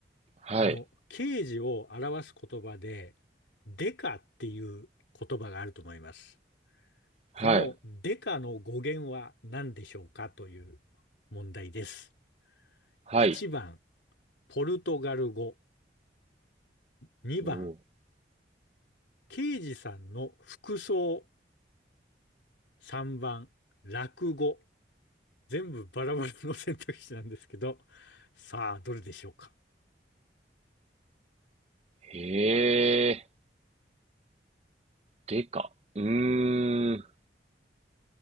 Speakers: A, on the right; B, on the left.
A: はい。
B: あの、刑事を表す言葉で、デカっていう言葉があると思います。
A: はい。
B: このデカの語源は何でしょうかという問題です。
A: はい。
B: 1番、ポルトガル語。2番、
A: おー。
B: 刑事さんの服装。3番、落語。全部バラバラの選択肢なんですけど、さあ、どれでしょうか。
A: へえ。でか。うーん。